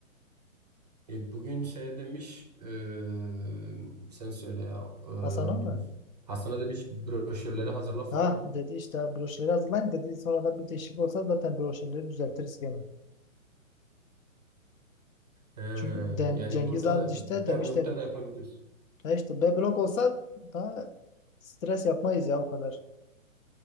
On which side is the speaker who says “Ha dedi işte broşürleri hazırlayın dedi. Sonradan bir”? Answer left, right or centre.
Left